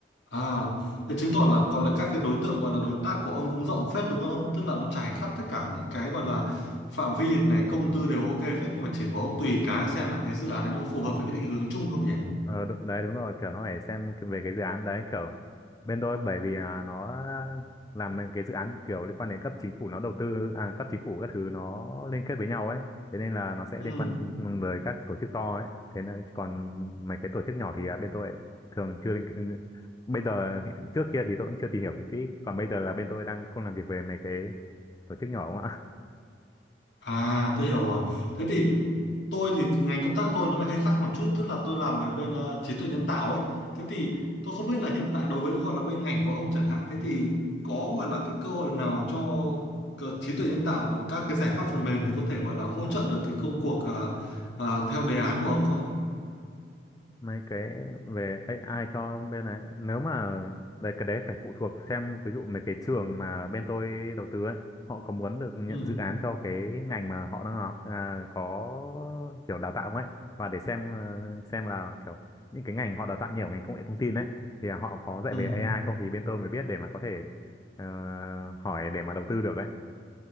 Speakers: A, on the left; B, on the left.
A: À, thế chứng tỏ là gọi là các cái đối tượng gọi là đối tác của ông cũng rộng phết đúng không? Tức là nó trải khắp tất cả những cái gọi là phạm vi này, công tư đều ok phết nhưng mà chỉ có tùy cái là xem là cái dự án này nó có phù hợp với cái định hướng chung không nhỉ?
B: Ờ, đúng, đấy đúng rồi kiểu nó phải xem cái- về cái dự án đấy kiểu bên tôi bởi vì là nó làm những cái dự án kiểu liên quan đến cấp chính phủ nó đầu tư à, cấp chính phủ các thứ nó liên kết với nhau ấy thế nên là nó sẽ
A: Ừ.
B: liên quan với các tổ chức to ấy thế nên còn mấy cái tổ chức nhỏ thì à, bên tôi thường chưa liên- bây giờ hiện- trước kia thì tôi cũng chưa tìm hiểu kỹ còn bây giờ là bên tôi đang không làm việc về mấy cái tổ chức nhỏ
A: À tôi hiểu rồi. Thế thì tôi thì ngành công tác tôi nó lại hơi khác một chút, tức là tôi làm về bên ờ, trí tuệ nhân tạo ấy. Thế thì tôi không biết là hiện tại đối với gọi là bên ngành của ông chẳng hạn, thế thì có gọi là cái cơ hội nào cho cơ- trí tuệ nhân tạo được các cái giải pháp phần mềm thì có thể gọi là hỗ trợ được cái công cuộc ờ, ờ, theo đề án của ông không?
B: mấy cái về AI cho bên này nếu mà đấy cái đấy phải phụ thuộc xem ví dụ mấy cái trường mà bên tôi đầu tư ấy họ có muốn được nhận
A: Ừ.
B: dự án cho cái ngành mà họ đang học à, có kiểu đào tạo không ấy và để xem ờ, xem là kiểu những cái ngành họ đào tạo nhiều ở ngành công nghệ thông tin ấy thì họ có dạy
A: Ừ.
B: về AI không thì bên tôi mới biết để mà có thể ờ, hỏi để mà đầu tư được ấy